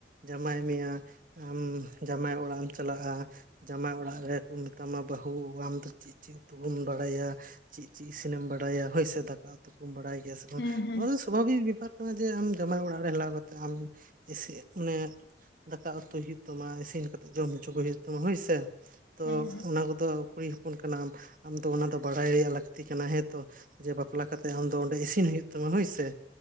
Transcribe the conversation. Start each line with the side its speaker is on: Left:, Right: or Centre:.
Right: ᱡᱟᱶᱟᱭ ᱢᱮᱭᱟ ᱟᱢ ᱡᱟᱢᱟᱭ ᱚᱲᱟᱜ ᱮᱢ ᱪᱟᱞᱟᱜᱼᱟ, ᱡᱟᱶᱟᱭ ᱚᱲᱟᱜ ᱨᱮᱠᱚ ᱢᱮᱛᱟᱢᱟ ᱵᱟᱹᱦᱩ ᱟᱢ ᱫᱚ ᱪᱮᱫ ᱪᱮᱫ ᱪᱮᱫ ᱩᱛᱩ ᱠᱚᱢ ᱵᱟᱲᱟᱭᱟ ᱪᱮᱫ ᱪᱮᱫ ᱤᱥᱤᱱᱮᱢ ᱵᱟᱲᱟᱭᱟ, ᱵᱟᱰᱟᱭᱟ ᱦᱳᱭ ᱥᱮ ᱫᱟᱠᱟ ᱩᱛᱩ ᱠᱚᱢ ᱵᱟᱲᱟᱭ ᱜᱮᱭᱟ ᱥᱮ ᱵᱟᱝ
Left: ᱦᱮᱸ ᱦᱮᱸ
Right: ᱱᱚᱣᱟ ᱫᱚ ᱥᱟᱵᱷᱟᱵᱤᱠ ᱵᱮᱯᱟᱨ, ᱱᱚᱜᱼᱚᱭ ᱡᱮ ᱟᱢ ᱡᱟᱢᱟᱭ ᱚᱲᱟᱜ ᱨᱮ ᱦᱮᱞᱟᱣ ᱠᱟᱛᱮᱫ ᱟᱢ ᱮᱥ ᱚᱱᱮ ᱫᱟᱠᱟ ᱩᱛᱩᱭ ᱦᱩᱭᱩᱜ ᱛᱟᱢᱟ ᱤᱥᱤᱱ ᱠᱟᱛᱮᱫ ᱡᱚᱢ ᱦᱚᱪᱚ ᱠᱚ ᱦᱩᱭᱩᱜ ᱛᱟᱢᱟ ᱦᱳᱭᱥᱮ, ᱛᱚ
Left: ᱦᱮᱸ
Right: ᱚᱱᱟ ᱠᱚᱫᱚ ᱠᱩᱲᱤ ᱦᱚᱯᱚᱱ ᱠᱟᱱᱟᱢ ᱟᱢ ᱫᱚ ᱚᱱᱟ ᱫᱚ ᱵᱟᱲᱟᱭ ᱨᱮᱭᱟᱜ ᱞᱟᱹᱠᱛᱤ ᱠᱟᱱᱟ ᱦᱮᱸ ᱛᱚ, ᱡᱮ ᱵᱟᱯᱞᱟ ᱠᱟᱛᱮᱜ ᱟᱢ ᱫᱚ ᱚᱸᱰᱮ ᱤᱥᱤᱱ ᱦᱩᱭᱩᱜ ᱛᱟᱢᱟ ᱦᱳᱭᱥᱮ᱾